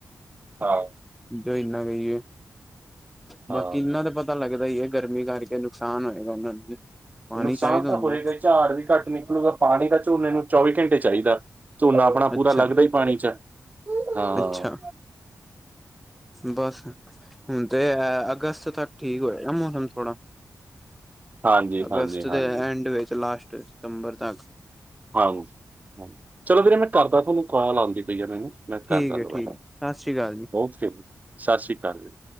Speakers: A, on the right; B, in the centre.
A: ਹਾਂ।
B: ਜੋ ਇੰਨਾ ਵੀ ਏ। ਬਾਕੀ
A: ਹਾਂ
B: ਇਨਾਂ ਤੇ ਪਤਾ ਲੱਗਦਾ ਈ ਏ ਗਰਮੀ ਕਾਰਕੇ ਨੁਕਸਾਨ ਹੋਏਗਾ ਓਨਾਂ ਨੂੰ ਵੀ। ਪਾਨੀ
A: ਨੁਕਸਾਨ
B: ਚਾਇਦਾ
A: ਤਾਂ
B: ਹੁੰਦਾ।
A: ਹੋਏਗਾ ਹੀ, ਝਾੜ ਵੀ ਘੱਟ ਨਿਕਲੂਗਾ। ਪਾਨੀ ਤਾ ਝੋਨੇ ਨੂੰ ਚੌਵੀ ਘੰਟੇ ਚਾਇਦਾ। ਝੋਨਾ ਆਪਣਾ
B: ਅੱਛਾ
A: ਪੂਰਾ ਲੱਗਦਾ ਈ ਪਾਨੀ ਚ ਆ ਹਾਂ
B: ਅੱਛਾ ਬਸ ਹੁਣ ਤੇ ਐ ਅਗਸਤ ਤੱਕ ਠੀਕ ਹੋਏਗਾ ਮੌਸਮ ਥੋੜਾ।
A: ਹਾਂਜੀ,
B: ਅਗਸਤ
A: ਹਾਂਜੀ, ਹਾਂਜੀ,
B: ਦੇ ਐਂਡ ਵਿੱਚ ਲਾਸਟ ਸਤੰਬਰ ਤੱਕ
A: ਹਾਂ-ਹਾ ਚਲੋ ਵੀਰੇ ਮੈਂ, ਕਰਦਾ ਤੁਆਨੂੰ ਕੋਲ ਆਂਦੀ ਪਈ ਆ ਮੈਨੂੰ। ਮੈਂ ਕਰਦਾ
B: ਠੀਕ ਹੈ
A: ਦੋਬਾਰਾ
B: ਠੀਕ ਹੈ, ਸਤਿ ਸ੍ਰੀ ਅਕਾਲ ਜੀ
A: ਓਕੇ ਜੀ ਸਾਸ ਸ਼੍ਰੀ ਕਾਲ ਜੀ।